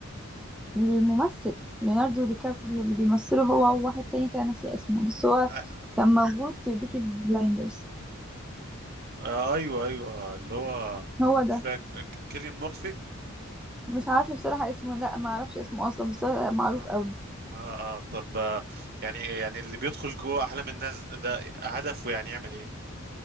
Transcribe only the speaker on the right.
آه
آه، ايوه ايوه اللي هو
مش فاكر ك- كيليان مورفي
اه
اه آه، طب آه يعني يعني اللي بيدخل جوه احلام الناس ده هدفه يعني يعمل ايه